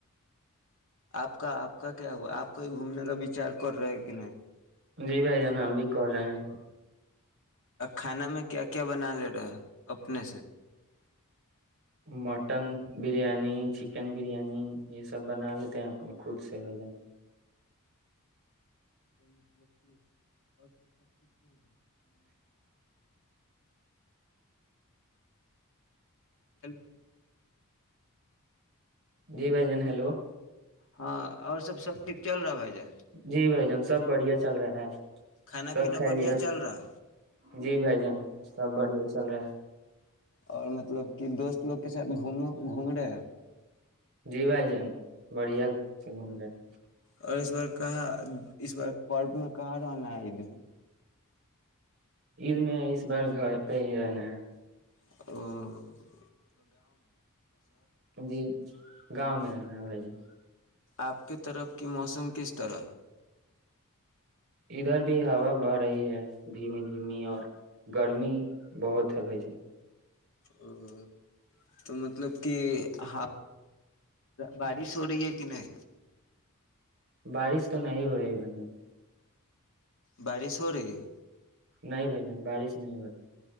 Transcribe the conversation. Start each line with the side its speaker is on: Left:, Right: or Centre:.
Left: آپ کا آپ کا کیا ہوا آپ کوئی گھومنے کا بچار کر رہے کہ نہیں
Right: جی بھائی جان ہم بھی کر رہے ہیں
Left: کھانا میں کیا کیا بنا لے رہا ہے اپنے سے
Right: مٹن بریانی چکن بریانی یہ سب بنا لیتے ہیں اپنے خود سے بھائی جن
Left: تو مطلب کہ آ ٹھیک رہ ہیں ہیلوو
Right: جی بھائی جان ہیلو
Left: ہاں اور سب سب ھ چل رہاائی جا
Right: جی بھائی جان سب بڑھیا چل رہا ہے
Left: کھانا
Right: سب
Left: پینا
Right: خیریت
Left: بڑھیا چل رہا
Right: جی بھائی جان سب بڑے چل رہا ہے
Left: اور مطلب کہ دوست لوگ کے سب گوم گھوم رہے ہیں
Right: جی بھائی جان بڑھیا سے گھوم رہے ہیں
Left: اور اس بار کہاں اس بار پرب میں کہاں جناا ہے ا د <unintelligible>
Right: عید میں اس بار گھر پہ ہی رہنا ہے ہ <unintelligible>
Left: ہ <unintelligible>
Right: جی گاؤں میریرا ہ ب جان
Left: آپ کی طرف کی موسم کس طرح
Right: ادھر بھی ہوا بڑھ رہی ہے دھیمی دھیمی اور گرمی بہت ہے بھ جن
Left: ا <unintelligible> تو مطلب کہ ہ بارش ہو رہی ہے کہ نہیں
Right: بارش تو نہیں ہو رہا ہے بھ جان
Left: بڑ سوری <unintelligible>
Right: نہیں بھ جان بارش نہیں ہو رہی